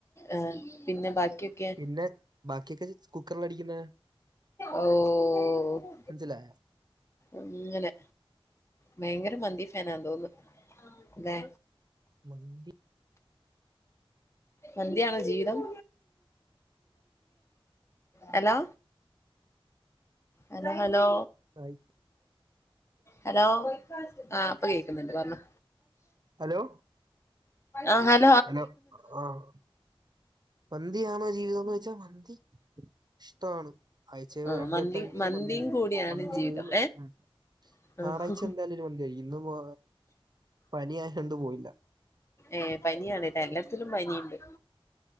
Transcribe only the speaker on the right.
പിന്നെ ബാക്കിയൊക്കെ കുക്കറിൽ അടിക്കുന്ന
മനസ്സിലായോ?
മന്തി
ആയി.
ഹലോ
ഹലോ ആഹ് മന്തിയാണോ ജീവിതംന്ന് വെച്ചാ മന്തി ഇഷ്ടമാണ് ആഴ്ചയിൽ
രണ്ടു
വട്ടെങ്കിലും
മന്തി കഴിക്കും
മന്തി
മൂന്ന് ഉ
ഞായറാഴ്ച എന്തായാലും ഒരു മന്തി കഴിക്കും ഇന്നിപ്പോ പനിയായൊണ്ട് പോയില്ല